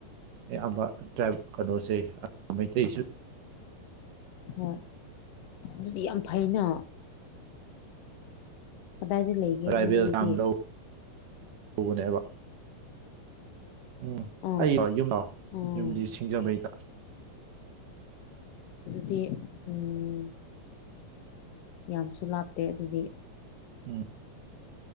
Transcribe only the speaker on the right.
ꯑꯌꯥꯝꯕ ꯇ꯭ꯔꯥꯏꯕ ꯀꯩꯅꯣꯁꯦ ꯃꯩꯇꯩꯁꯨ
ꯔꯥꯏꯕꯦꯜ
ꯊꯝ ꯂꯧ ꯐꯅꯦꯕ ꯎꯝ
ꯑꯩꯥꯛ ꯌꯨꯝ ꯂꯥꯛꯑꯣ
ꯌꯨꯝꯗꯤ ꯁꯤꯡꯖꯃꯩꯗ
ꯎꯝ